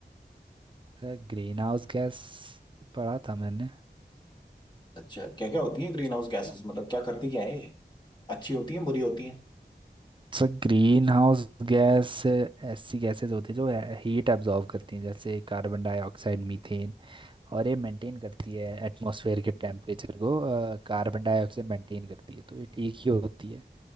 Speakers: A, on the right; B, on the left.
A: Sir greenhouse gas पढ़ा था मैंने
B: अच्छा क्या क्या होती है ग्रीन हाउस
A: क्या
B: गैसेस
A: क्या
B: मतलब क्या करती क्या है ये अच्छी होती है बुरी होती है
A: Sir greenhouse gas gases गैसेस होती है जो हीट एब्जॉर्ब करती हैं जैसे कार्बन डाइऑक्साइड मीथेन और ये मेंटेन करती है एटमॉस्फेयर के टेम्परेचर को अ, कार्बन डाइऑक्साइड मेंटेन करती है तो ये ठीक ही होती है